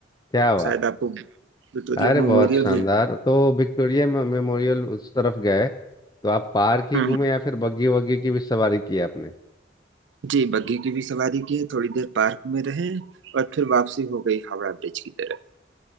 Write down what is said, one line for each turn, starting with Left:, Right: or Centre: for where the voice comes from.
Left: क्या बात
Right: शायद आपको विक्टोरिया
Left: अरे
Right: मेमोरियल
Left: बहुत शानदार
Right: भी
Left: तो विक्टोरिया मेमोरियल उस तरफ गए तो आप पार्क ही
Right: हम्म
Left: घूमे या फिर बग्गी वग्गी की भी सवारी की आपने
Right: जी बग्घी की भी सवारी की थोड़ी देर पार्क में रहे और फिर वापसी हो गई हावड़ा ब्रिज की तरफ